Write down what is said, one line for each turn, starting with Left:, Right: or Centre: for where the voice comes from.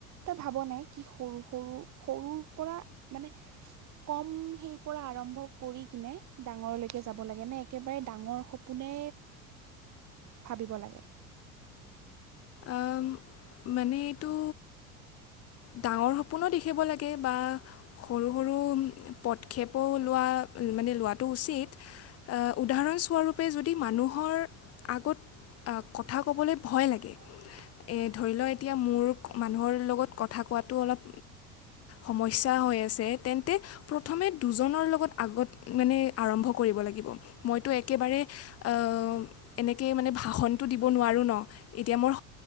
Right: তই ভাব নে কি সৰু সৰু সৰুৰ পৰা মানে কম সেই পৰা আৰম্ভ কৰি নে ডাঙৰলৈকে যাব লাগে নে একেবাৰে ডাঙৰ সপোনে ভাবিব লাগে।
Left: আহ মানে এইটো। ডাঙৰ সপোনো দেখিব লাগে বা সৰু সৰু পদক্ষেপো লোৱাত। মানে লোৱাটো উচিত। উদাহৰণস্বৰূপে যদি মানুহৰ আগত কথা ক'বলৈ ভয় লাগে।
Right: হয় নেকি?
Left: এই ধৰি লওঁক। এতিয়া মোৰ মানুহৰ লগত কথা কোৱাটো অলপ সমস্যা হয়। <unintelligible> তেন্তে, প্ৰথমে দুজনৰ লগত আগত মানে আৰম্ভ কৰিব লাগিব, মইটো একেবাৰে আহ, এনেকৈ মানে ভাষণটো দিব নোৱাৰোঁ ন, এ <unintelligible> মোৰ